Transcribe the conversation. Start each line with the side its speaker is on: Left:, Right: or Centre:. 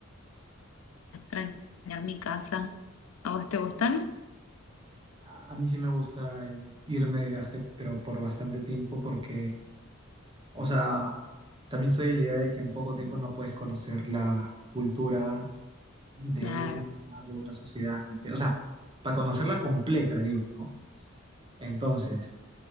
Left: extrañar mi casa. ¿A vos te gustan?
Right: A, a mí sí me gusta el- irme de viaje, pero por bastante tiempo, porque, o sea, también soy de la idea de que en poco tiempo no puedes conocer la cultura de
Left: Claro.
Right: un lugar, de una sociedad, ¿me entiendes? O sea, para conocerla completa, digo, ¿no? Entonces.